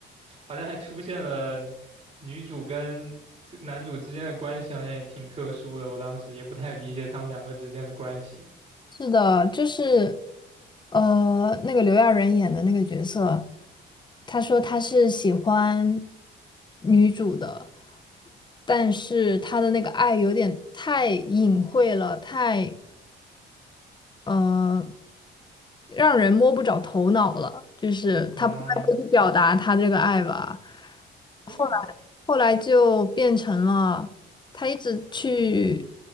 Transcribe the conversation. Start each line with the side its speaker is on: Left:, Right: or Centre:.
Right: 好像还出现了女主跟这男主之间的关系，好像也挺特殊的。我当时也不太理解他们两个之间的关系。
Left: 是的，就是，呃，那个刘亚仁演的那个角色，他说他是喜欢女主的，但是他的那个爱有点太隐晦了，太呃，让人摸不着头脑了，就是他不太会去表达他这个爱吧。
Right: 嗯。这
Left: 后来，后来就变成了。他一直去